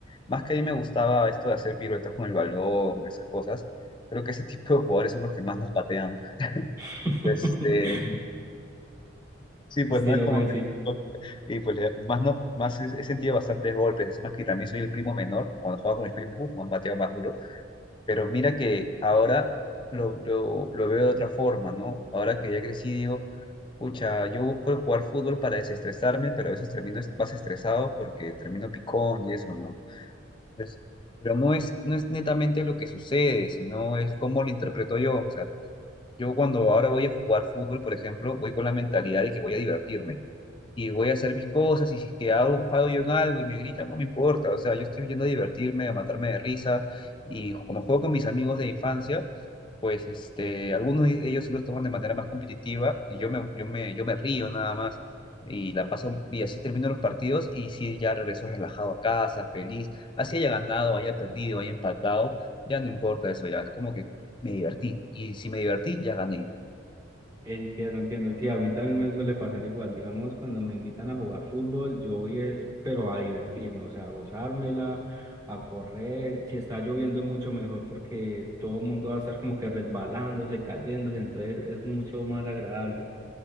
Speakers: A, on the left; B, on the right.
A: más que a mí me gustaba esto de hacer piruetas con el balón, esas cosas. Creo que ese tipo de jugadores son los que más nos patean.
B: <laughs>
A: Este, Sí, pues
B: Estilo
A: no es como
B: Messi.
A: que... pues, Y pues le- más, no, más he he sentido bastantes golpes, encima que también soy el primo menor, cuando jugaba con mis primos, uf, me han pateado más duro, pero mira que ahora lo, lo, lo veo de otra forma, ¿no? Ahora que ya crecí digo, pucha, yo busco el jugar fútbol para desestresarme, pero a veces termino est- más estresado porque termino picón y eso, ¿no? Entonces, pero no es, no es netamente lo que sucede, sino es cómo lo interpreto yo, o sea, yo cuando ahora voy a jugar fútbol, por ejemplo, voy con la mentalidad de que voy a divertirme y voy a hacer mis cosas, y si es que hago un fallo en algo y me gritan, no me importa, o sea, yo estoy yendo a divertirme, a matarme de risa, y como juego con mis amigos de infancia, pues este, algunos de ellos sí los toman de manera más competitiva, y yo me, yo me, yo me río nada más, y la paso, y así termino los partidos, y sí, ya regreso relajado a casa, feliz, así haya ganado, haya perdido, haya empatado, ya no importa eso, ya es como que me divertí, y si me divertí, ya gané.
B: Entiendo, entiendo. Sí, a mí también me suele pasar igual. Digamos, cuando me invitan a jugar fútbol, yo voy es, pero a divertirme, o sea, a gozármela, a correr. Si está lloviendo, mucho mejor porque todo el mundo va a estar como que resbalándose, cayéndose, entonces es mucho más agradable.